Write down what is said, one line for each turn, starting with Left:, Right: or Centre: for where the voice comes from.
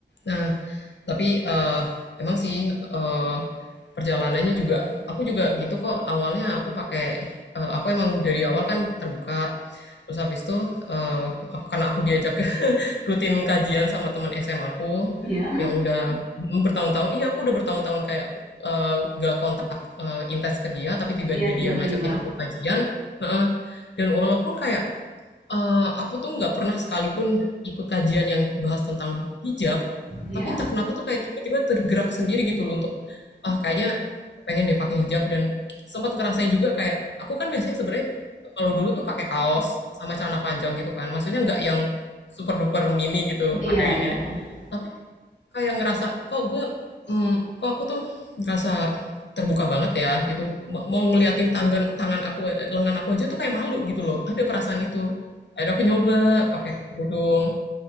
Left: Nah, tapi, eee, emang sih, eee, perjalanannya juga aku juga gitu kok awalnya aku pakai eee, aku emang dari awal kan terbuka, terus habis itu, eee, ak karena aku diajak <laughs> rutin kajian sama teman SMA aku,
Right: iya
Left: yang udah mhm, bertahun-tahun iya aku udah bertahun-tahun kayak, eee, nggak kontak, eee, intens ke dia tapi tiba-tiba
Right: <laughs> iya tiba-tiba
Left: dia ngajakin aku kajian Iya. heeh, dan walaupun kayak Eee, aku tuh nggak pernah sekalipun ikut kajian yang bahas tentang hijab,
Right: iya
Left: tapi entah kenapa tuh kayak Iya. tiba-tiba tergerak sendiri gitu loh untuk, ah, kayaknya pengen deh pakai hijab dan sempat ngerasain juga kayak aku kan biasanya sebenarnya kalau dulu tuh pakai kaos sama celana panjang gitu kan, maksudnya nggak yang super duper mini gitu
Right: Iya
Left: pakaiannya,
Right: iya. iya.
Left: tapi Kayak ngerasa, kok gue, mmm, kok aku tuh ngerasa terbuka banget ya gitu, ma mau ngeliatin tangan tangan aku lengan aku aja tuh kayak malu gitu loh, ada perasaan itu. Akhirnya aku nyoba pakai kerudung,